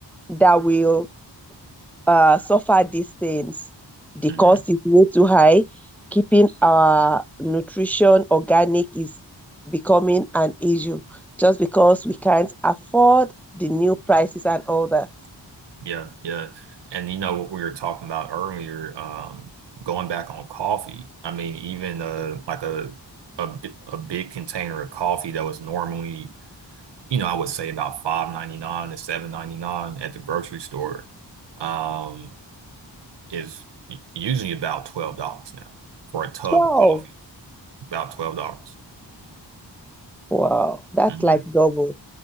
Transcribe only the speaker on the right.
mhm.
Yeah, yeah. And you know what we were talking about earlier, um, going back on coffee. I mean, even uh, like a a bi- a big container of coffee that was normally you know, I would say about five ninety nine to seven ninety nine at the grocery store, um, is usually about twelve dollars now for a tub
of coffee. About twelve dollars.
hmm